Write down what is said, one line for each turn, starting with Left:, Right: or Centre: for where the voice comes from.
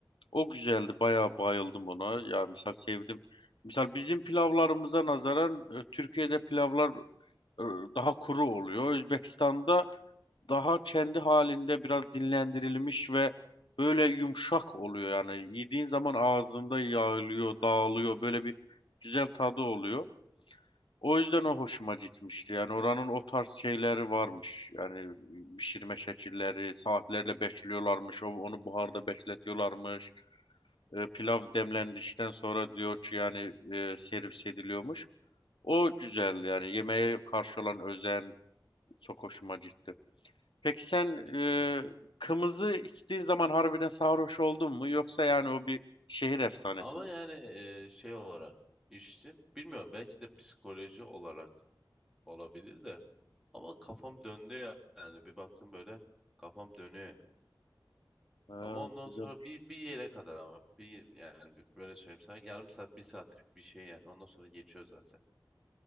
Left: O güzeldi. Bayağı bayıldım ona. Ya misal sevdim. Misal bizim pilavlarımıza nazaran e, Türkiye'de pilavlar e, daha kuru oluyor. Özbekistan'da daha kendi halinde biraz dinlendirilmiş ve böyle yumuşak oluyor. Yani yediğin zaman ağzında yağılıyor, dağılıyor. Böyle bir güzel tadı oluyor. O yüzden o hoşuma gitmişti. Yani oranın o tarz şeyleri varmış. Yani pişirme şekilleri, saatlerle bekliyorlarmış. O, onu buharda bekletiyorlarmış. E, pilav demlendikten sonra diyor ki yani e, servis ediliyormuş. O güzeldi yani yemeğe karşı olan özen çok hoşuma gitti. Peki sen e,
Centre: Bi- Hmm.
Left: kımızı içtiğin zaman harbiden sarhoş oldun mu? Yoksa yani o bir şehir efsanesi
Centre: Ama
Left: mi?
Centre: yani e, şey olarak içtim. Bilmiyorum belki de psikoloji olarak olabilir de. Ama kafam döndü ya- yani. Bir baktım böyle kafam dönüyor.
Left: Ha,
Centre: Ama ondan
Left: güzel.
Centre: sonra bir, bir yere kadar ama bir yani bir- böyle söyleyeyim sana yarım saat bir saatlik bir şey yani ondan sonra geçiyor zaten.